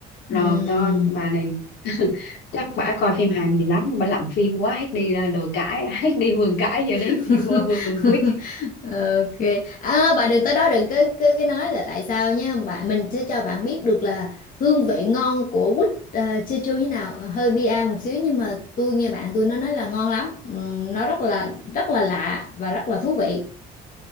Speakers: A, on the left; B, on the left.
A: rồi
B: Ừm
A: cho bà này <laughs> chắc bả coi phim Hàn nhiều lắm nhưng bà làm phim quá hết đi ra đồi cãi <laughs> hết đi vườn cãi giờ đấy
B: <laughs>
A: đi qua vườn quýt
B: ok à, bạn đừng tới đó đừng có cái cái nói là tại sao nhé, bạn mình sẽ cho bạn biết được là hương vị ngon của quýt uh, Jeju như nào Ờ, hơi bia một xíu nhưng mà tôi nghe bạn tôi nó nói là ngon lắm Ừm, nó rất là rất là lạ và rất là thú vị